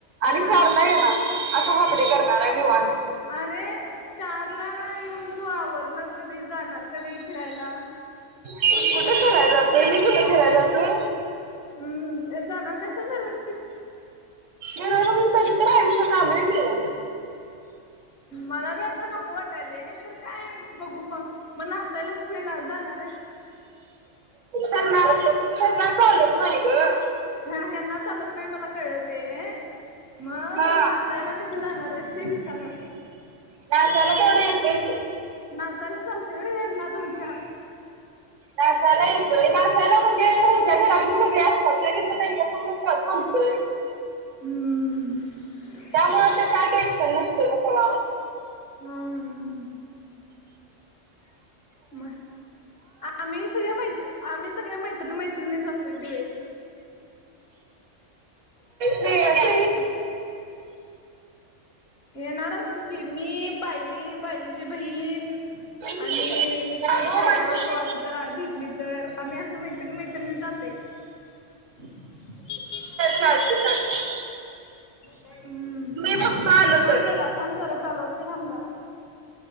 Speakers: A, on the right (about 85°); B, on the left (about 55°).
A: आणि
B: हा
A: चारला येणार असा हाफ डे करणार आहे निवांत.
B: अरे.. चार ला येऊन तू आवरणार कधी, जाणार कधी फिरायला.
A: कुठं फिरायला जातोय, मी कुठं फिरायला जातो.
B: हम्म जाणार नाहीस मिरवणुकीत
A: मिरवणुकीत कधी तर आयुष्य काढालंय मी या
B: मला बाई आता नको वाटत वाटालय खरं काय बघू मग, मग नाचायला कसं येणार जाणार आहेस.
A: त्यांना त्यांना चालत नाही गं.
B: हा ह्यांना चालत नाही मला कळलं ते. मग
A: हा
B: तू नाचायला कशी जाणार आहेस ते विचाराले.
A: नाचायला तेवढं येतंय कि
B: नाचायला चालते होय यांना तुमच्या
A: नाचायला येतोय, नाचायला म्हणजे ह्याच्या घरातली सगळे असतात तिथं त्यांच्या संग थांबतोय.
B: हम. ‌‌.
A: त्यामुळे तर काय टेन्शन नसतेय मग तवा.
B: हम्मम.. म आम्ही सगळ्या मै, आम्ही सगळ्या मैत्रिनी-मैत्रिणी जातोय दिवे.
A: नाही
B: ह
A: <unintelligible>
B: येणार असेल की, मी, पायली, पायलीची बहीण.
A: की
B: आणि श
A: हो
B: श्रेया
A: माझी
B: कवा ला तर भेटली तर आम्ही असं मैत्रिणी मैत्रिणी जातोय. <unintelligible>
A: चालतंय चालतंय.
B: हम्म,
A: बघतो आलो
B: थांब
A: तर
B: जरा थांब जरा चालू असूदे थांब जरा.